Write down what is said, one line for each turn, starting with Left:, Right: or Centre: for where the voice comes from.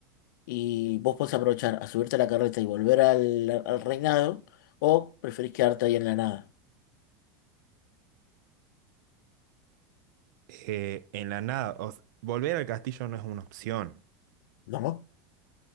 Left: Y vos podés aprovechar a subirte a la carreta y volver al, al reinado o preferís quedarte ahí en la nada,
Right: Eh, en la nada, o s- volver al castillo no es una opción.
Left: ¿No?